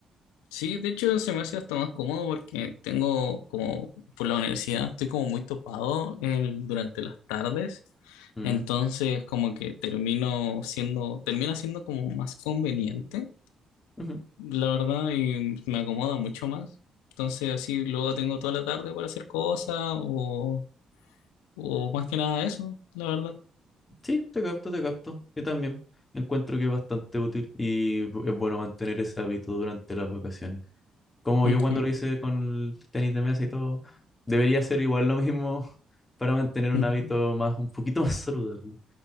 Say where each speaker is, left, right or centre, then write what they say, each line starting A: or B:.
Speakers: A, on the left; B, on the left.
A: Sí, de hecho se me hace hasta más cómodo porque tengo como por la universidad estoy como muy topado en- durante las tardes,
B: Mm,
A: entonces como que termino siendo, termina siendo como más conveniente,
B: ujú.
A: la verdad, y me acomoda mucho más. Entonces así luego tengo toda la tarde para hacer cosas o, o más que nada eso, la verdad.
B: Sí, te capto, te capto. Yo también encuentro que es bastante útil y bu- es bueno mantener ese hábito durante las vacaciones. Como yo
A: Ujú,
B: cuando lo hice con el tenis de mesa y todo, debería ser igual lo mismo <laughs> para mantener un
A: ujú.
B: hábito más, un poquito más saludable.